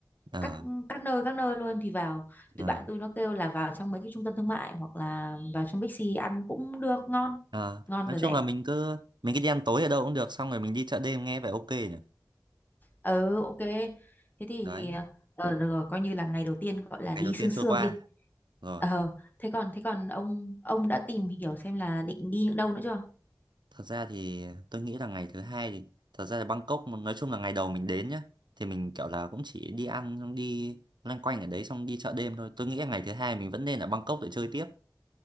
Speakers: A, on the right (about 75°); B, on the left (about 25°).
A: ờ
B: các các nơi các nơi luôn thì vào tụi
A: ờ.
B: bạn tôi nó kêu là vào trong mấy cái trung tâm thương mại hoặc là vào trong Bixi ăn cũng được ngon
A: Ờ,
B: ngon
A: nói
B: và
A: chung
B: rẻ
A: là mình cứ mình cứ đi ăn tối ở đâu cũng được xong rồi mình đi chợ đêm nghe vậy ok nhỉ
B: ừ ok thế thì
A: đấy
B: ờ, được rồi coi như là ngày đầu tiên gọi
A: ngày
B: là đi
A: đầu
B: sương
A: tiên
B: sương
A: trôi qua
B: đi
A: rồi
B: ờ thế còn thế còn ông ông đã tìm hiểu xem là định đi những đâu nữa chưa
A: thật ra thì tôi nghĩ là ngày thứ hai thì thật ra là Bangkok nói chung là ngày đầu mình đến nhá thì mình kiểu là cũng chỉ đi ăn xong đi loanh quanh ở đấy xong đi chợ đêm thôi tôi nghĩ là ngày thứ hai mình vẫn nên ở Bangkok để chơi tiếp